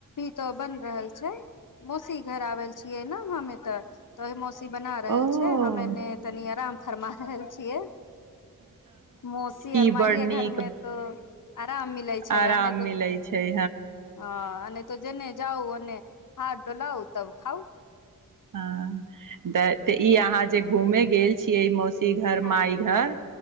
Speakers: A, on the left (about 65°); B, on the right (about 70°).
A: त बन रहल छै म ी घर आवल छियै ने हम एतऽ तऽहि मौसम बना रहल
B: ओ
A: छै ह एने तनी आराम फरमा रहल छियै मौसी
B: ई
A: आर माइये
B: बड़
A: घर
B: नीक
A: मे तो आराम मिलै छै
B: आराम
A: आ नहि तऽ
B: मिलै छै
A: हँ नहि त जेने जाउ हार डो लाव तब खउ
B: हँ तऽ तऽ ई अहाँ जे घूमे गेल छीियै मौसी घर
A: हँ
B: मााय घर